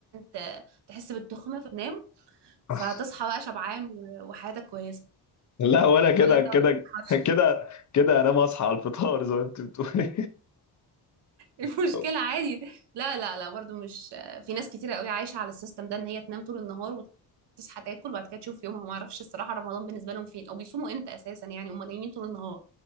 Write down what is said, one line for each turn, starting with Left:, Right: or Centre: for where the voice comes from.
Right: ت... تحس بالتخمه فتنام
Left: <laughs>
Right: فهتصحى بقى شبعان و- وحياتك كويسه
Left: لا وانا كده
Right: ولا انت
Left: كده
Right: ما بتسحرش
Left: كده
Right: <laughs>
Left: كده انا ما اصحى على الفطار زي ما انت بتقولي
Right: المشكله
Left: <laughs>
Right: عادي لا لا لا برضو مش في ناس كتيره قوي عايشه على السيستم ده ان هي تنام طول النهار وتصحى تاكل وبعد كده تشوف يومها ما اعرفش الصراحه رمضان بالنسبه لهم فين او بيصوموا امتى اساسا يعني هم نايمين طول النهار